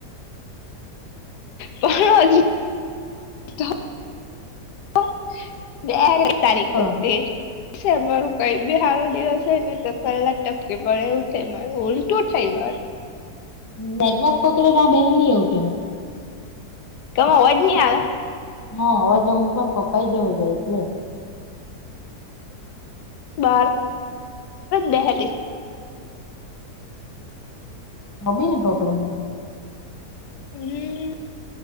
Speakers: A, on the left; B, on the left.
A: પણ <unintelligible> કઈ તારીખ
B: હલો,
A: તે અમારો કઈ બી હારો દિવસ હોય ને તો પહેલા ટપકી પડે એવું થાય મારે ઉલટું થાય મારુ
B: નેટવર્ક પકડી ને <unintelligible> એવું કેમ
A: કમવાજ નહી આવે
B: હા અવાજ અમુક વાર કપાઈ જવો જાય એટલે
A: બાર દેહલી
B: હ બી ને પકડે હું
A: હમ